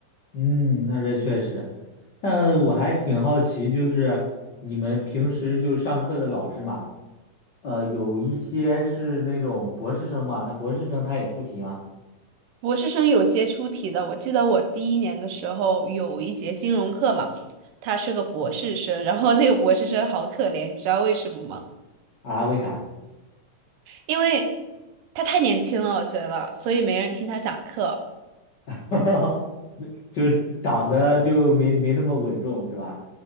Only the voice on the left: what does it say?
嗯，那这确实，但我还挺好奇，就是你们平时就上课的老师嘛，呃，有一些是那种博士生嘛，那博士生他也出题吗？
啊，为啥？
<laughs> 没，就是长得就没没那么稳重是吧？